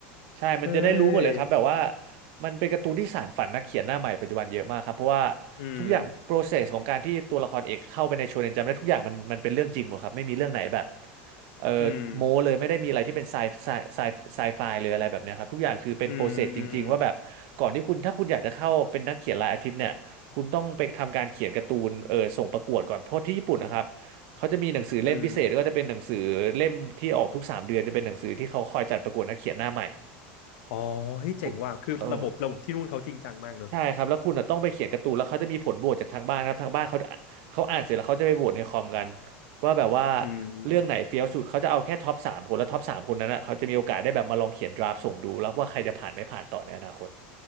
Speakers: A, on the right (about 60°); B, on the left (about 75°).
A: ใช่
B: เฮ้
A: มันจะได้รู้หมดเลยครับแบบว่า
B: ย
A: มันเป็นการ์ตูนที่สานฝันนักเขียนหน้าใหม่ปัจจุบันเยอะมากครับเพราะว่า
B: อืม
A: ทุกอย่าง process ของการที่ตัวละครเอกเข้าไปในโชเนนจัมป์ได้ทุกอย่างมันมันเป็นเรื่องจริงหมดครับไม่มีเรื่องไหนแบบเออโม้เลยไม่ได้มีอะไรที่เป็นไซไซไซไซไฟเลยอะไรแบบเนี้ยครับทุกอย่างคือเป็น
B: อืมอืมอืม
A: process จริงๆว่าแบบก่อนที่คุณถ้าคุณอยากจะเข้าเป็นนักเขียนรายอาทิตย์เนี่ยคุณต้องไปทำการเขียนการ์ตูนเออส่งประกวดก่อนเพราะที่ญี่ปุ่นนะครับเขาจะมีหนังสือเล่มพิเศษก็จะเป็นหนังสือเล่มที่ออกทุกสามเดือนจะเป็นหนังสือที่เขาคอยจัดประกวดนักเขียนหน้าใหม่
B: อืมอ๋อเฮ้ยเจ๋งว่ะคือระบบระบบที่นู่นเขาจริงจังมากเนอะ
A: คุณเออใช่ครับแล้วคุณอ่ะต้องไปเขียนการ์ตูนแล้วเขาจะมีผลโหวตจากทางบ้านครับทางบ้านเขาเขาอ่านเสร็จแล้วเขาจะไปโหวตในคอมกันว่าแบบว่า
B: อืม
A: เรื่องไหนเฟี้ยวสุดเขาจะเอาแค่ท็อปสามคนแล้วท็อปสามคนนั้นอ่ะเขาจะมีโอกาสได้แบบมาลองเขียนดราฟต์ส่งดูแล้วว่าใครจะผ่านไม่ผ่านต่อในอนาคต